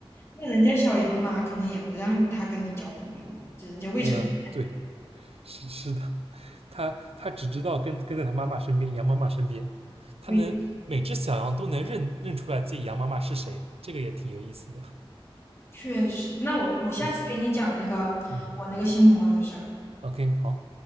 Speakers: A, on the left; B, on the right.
A: 那人家小杨妈可能也不让他跟你交朋友呢，这人家未成年
B: 嗯、对，是是的，他他只知道跟跟在他妈妈身边，羊妈妈身边，他能每只小羊都能认认出来自己羊妈妈是谁，
A: 未
B: 这个也挺有意思的。
A: 确实，那我我下次给你讲那个我那个新朋友的事儿。
B: 嗯嗯，OK，好。